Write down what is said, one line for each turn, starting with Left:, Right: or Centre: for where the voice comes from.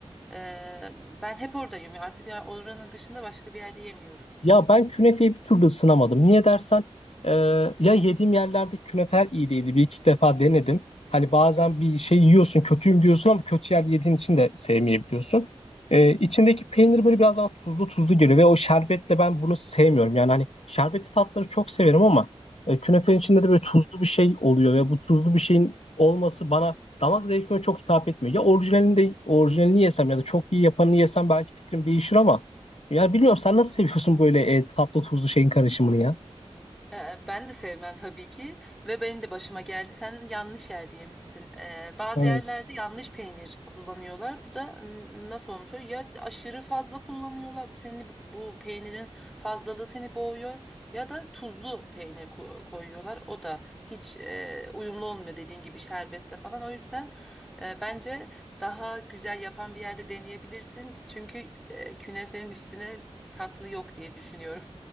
Centre: Ee, ben hep oradayım artık yani oranın dışında başka bir yerde yemiyorum.
Left: Ya ben künefeyi bir türlü ısınamadım. Niye dersen e, ya yediğim yerlerde künefer iyi değildi. Bir iki defa denedim. Hani bazen bir şey yiyorsun kötüyüm diyorsun ama kötü yerde yediğin için de sevmeyebiliyorsun. E, içindeki peynir böyle biraz bana tuzlu tuzlu geliyor ve o şerbetle ben bunu sevmiyorum. Yani hani şerbetli tatları çok severim ama e, künefenin içinde de böyle tuzlu bir şey oluyor ve bu tuzlu bir şeyin olması bana damak zevkime çok hitap etmiyor. Ya orijinalini de orijinalini yesem ya da çok iyi yapanını yesem belki fikrim değişir ama ya bilmiyorum sen nasıl seviyorsun böyle e, tatlı tuzlu şeyin karışımını ya?
Centre: Ee, Ben de sevmem tabii ki ve benim de başıma geldi. Sen yanlış yerde yemişsin. Ee, bazı
Left: Yani
Centre: yerlerde yanlış peynir kullanıyorlar. Bu da n- nasıl olmuş? oluyor? Ya aşırı fazla kullanıyorlar. Bu seni bu, bu peynirin fazlalığı seni boğuyor. Ya da tuzlu peynir ko- koyuyorlar. O da hiç e, uyumlu olmuyor dediğin gibi şerbetle falan. O yüzden e, bence daha güzel yapan bir yerde deneyebilirsin. Çünkü e, künefenin üstüne tatlı yok diye düşünüyorum.